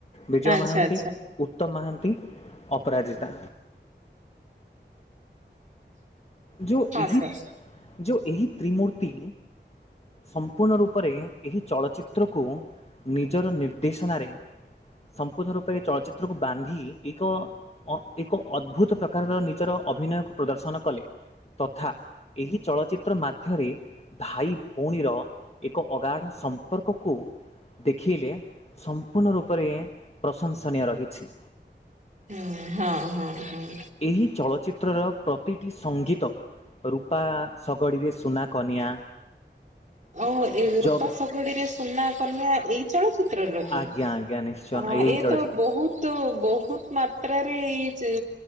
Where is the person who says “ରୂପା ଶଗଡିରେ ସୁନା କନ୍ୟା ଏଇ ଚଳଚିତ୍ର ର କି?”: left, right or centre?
Right